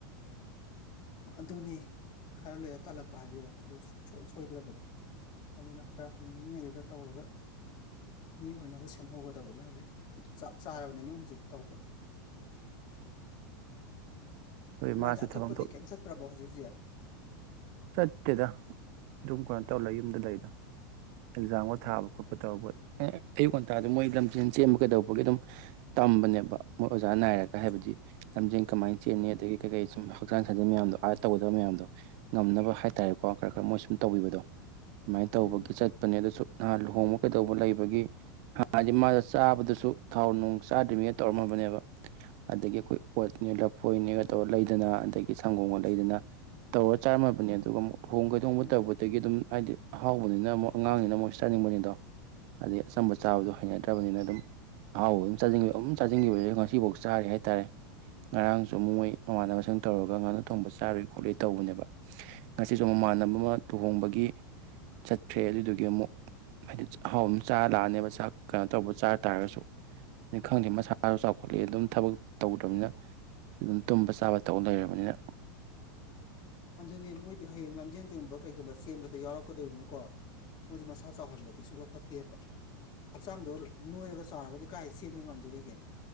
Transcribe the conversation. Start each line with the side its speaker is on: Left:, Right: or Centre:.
Left: ꯑꯗꯨꯅꯤ ꯈꯔ ꯂꯩꯔꯥ ꯇꯥꯜꯂꯛꯄꯥ ꯍꯥꯏꯁꯦ ꯑꯗꯨ ꯁꯨꯡꯁꯣꯏ ꯁꯣꯏꯗ꯭ꯔꯕꯥꯅꯤ ꯑꯗꯨꯅꯥ ꯈꯔ ꯍꯩꯅꯤꯡꯉꯩꯗꯨꯗꯥ ꯇꯧꯔꯥꯒ ꯃꯤ ꯑꯣꯏꯅꯥꯕ ꯁꯦꯝꯍꯧꯒꯥꯗꯥꯕꯅꯦ ꯍꯧꯖꯤꯛ ꯆꯞ ꯆꯥꯔꯥꯕꯅꯦ ꯃꯣꯏ ꯍꯧꯖꯤꯛ ꯇꯧꯕꯥ
Right: ꯍꯣꯏ ꯃꯥꯁꯨ
Left: ꯃꯥꯗꯤ ꯑꯇꯣꯞꯄꯥꯗꯤ
Right: ꯊꯕꯛ ꯑꯝꯇ
Left: ꯀ꯭ꯌꯦꯝ ꯆꯠꯇ꯭ꯔꯥꯕꯣ ꯍꯧꯖꯤꯛ ꯍꯧꯖꯤꯛ
Right: ꯆꯠꯇꯦꯗꯥ ꯑꯗꯨꯝ ꯀꯩꯅꯣ ꯇꯧꯔꯥ ꯂꯩ ꯌꯨꯝꯗꯥ ꯂꯩꯗꯥ ꯑꯦꯛꯖꯥꯝꯒꯥ
Left: ꯎꯝ
Right: ꯊꯥꯕꯥ ꯈꯣꯠꯄꯥ ꯇꯧꯕꯥ ꯑꯦ ꯑꯌꯨꯛ ꯉꯟꯇꯥꯗꯥ ꯃꯣꯏ ꯂꯝꯖꯦꯟ ꯆꯦꯟꯕꯥ ꯀꯩꯗꯧꯕꯒꯤ ꯑꯗꯨꯝ ꯇꯝꯕꯥꯅꯦꯕꯥ ꯃꯣꯏ ꯑꯣꯖꯥ ꯅꯥꯏꯔꯥꯒ
Left: ꯎꯝ
Right: ꯍꯥꯏꯕꯥꯗꯤ ꯂꯝꯖꯦꯟ ꯀꯃꯥꯏꯅꯥ ꯆꯦꯟꯅꯤ ꯑꯗꯩꯒꯤ ꯀꯩꯀꯩ ꯁꯨꯝ ꯍꯛꯆꯥꯡ ꯁꯥꯖꯦꯟ ꯃꯌꯥꯝꯗꯣ ꯑꯥꯗ ꯇꯧꯒꯥꯗꯕ ꯃꯌꯥꯝꯗꯣ ꯉꯝꯅꯥꯕ ꯍꯥꯏꯇꯥꯔꯦꯀꯣ ꯈꯔ ꯈꯔ ꯃꯣꯏ ꯁꯨꯝ ꯇꯧꯕꯤꯕꯥꯗꯣ ꯑꯗꯨꯨꯃꯥꯏꯅꯥ ꯇꯧꯕꯥꯒꯤ
Left: ꯎꯝ
Right: ꯆꯠ ꯆꯠꯄꯥꯅꯦ ꯑꯗꯨꯁꯨ ꯅꯍꯥꯟ ꯂꯨꯍꯣꯡꯕꯥ ꯀꯩꯗꯧꯕꯥ ꯂꯩꯕꯥꯒꯤ ꯍꯥꯟꯅꯥꯗꯤ ꯃꯥꯖꯨ ꯆꯥꯕꯥꯗꯨꯁꯨ ꯊꯥꯎ ꯅꯨꯡ ꯆꯥꯗ꯭ꯔꯤꯃꯤ ꯇꯧꯔꯝꯃꯥꯕꯅꯦꯕꯥ ꯑꯗꯥꯒꯤ ꯑꯩꯈꯣꯏ ꯑꯣꯠꯅꯦ ꯂꯥꯐꯣꯏꯅꯦꯒꯥ ꯇꯧꯔꯒ ꯂꯩꯗꯥꯅ ꯑꯗꯥꯒꯤ ꯁꯪꯒꯣꯝꯒꯥ ꯂꯩꯗꯥꯅ
Left: ꯎꯝ ꯎꯝ
Right: ꯇꯧꯔꯥ ꯆꯥꯔꯝꯃꯥꯕꯅꯤ ꯑꯗꯨꯒꯥ ꯑꯃꯨꯛ ꯍꯣꯡ <unintelligible>
Left: ꯎꯝ
Right: ꯇꯧꯕꯗꯥꯒꯤ ꯑꯗꯨꯝ ꯍꯥꯏꯗꯤ ꯑꯍꯥꯎꯕꯥꯅꯤꯅꯥ ꯑꯃꯨꯛ ꯑꯉꯥꯡꯅꯤꯅꯥ ꯑꯃꯨꯛ ꯆꯥꯅꯤꯡꯕꯥꯅꯤꯗꯣ ꯑꯗꯩ ꯑꯆꯝꯕꯥ ꯆꯥꯕꯗꯣ ꯍꯩꯅꯥꯗ꯭ꯔꯕꯥꯅꯤꯅꯥ ꯑꯗꯨꯝ ꯑꯍꯥꯎꯕꯥ ꯑꯗꯨꯝ ꯆꯥꯖꯤꯟꯈꯤꯕꯥ ꯑꯗꯨꯝ ꯆꯥꯖꯤꯟꯈꯤꯕꯥ ꯁꯤꯅ ꯉꯥꯁꯤꯐꯥꯎ ꯆꯥꯔꯤ ꯍꯥꯏ ꯇꯥꯔꯦ ꯉꯔꯥꯡꯁꯨ ꯑꯃꯨꯛ ꯃꯣꯏ ꯃꯃꯥꯟꯅꯥꯕ ꯃꯥꯁꯦꯟ ꯇꯧꯔꯥꯒ ꯉꯥꯅꯨ ꯊꯣꯡꯕꯥ ꯆꯥꯔꯨꯏ ꯈꯣꯠꯂꯨꯏ ꯇꯧꯕꯥꯅꯦꯕꯥ ꯉꯥꯁꯤꯁꯨ ꯃꯃꯥꯟꯅꯥꯕ ꯑꯃ ꯂꯨꯍꯣꯡꯕꯥꯒꯤ ꯆꯠꯈ꯭ꯔꯦ ꯑꯗꯨꯗꯨꯒꯤ ꯑꯃꯨꯛ ꯍꯥꯏꯗꯤ ꯑꯍꯥꯎ ꯑꯃ ꯆꯥꯔ ꯂꯥꯛꯑꯥꯅꯤꯕꯥ ꯆꯥꯛ ꯀꯩꯅꯣ ꯇꯧꯕꯥ ꯆꯥ ꯇꯥꯔꯥꯒꯥꯁꯨ ꯈꯪꯗꯦ ꯃꯁꯥꯁꯨ ꯆꯥꯎꯈꯠꯂꯛꯑꯦ ꯑꯗꯨꯝ ꯊꯥꯕꯛ ꯇꯧꯗ꯭ꯔꯕꯅꯤꯅꯥ ꯑꯗꯨꯝ ꯇꯨꯝꯕꯥ ꯆꯥꯕ ꯇꯧ ꯂꯩꯔꯥꯕꯅꯤꯅꯥ
Left: ꯑꯗꯨꯅꯦ ꯃꯣꯏꯗꯤ ꯍꯥꯌꯦꯡ ꯂꯝꯖꯦꯜꯀꯩꯒꯨꯝꯕꯥ ꯀꯩꯒꯨꯝꯕꯥ ꯆꯦꯟꯕꯥꯗꯣ ꯌꯥꯎꯔꯛꯀꯥꯗꯣꯏꯅꯤꯅꯥꯀꯣ ꯃꯣꯏꯗꯤ ꯃꯁꯥ ꯆꯥꯎꯍꯟꯕꯥꯗꯤ ꯁꯨꯡ ꯐꯠ ꯐꯠꯇꯦꯕꯥ ꯍꯛꯆꯥꯡꯗꯣ ꯅꯣꯏꯔꯥꯒ ꯆꯥꯎꯔꯥꯒꯥꯗꯤ ꯀꯥꯏ ꯆꯦꯟꯕꯥ ꯉꯝꯗꯧꯔꯤꯒꯦ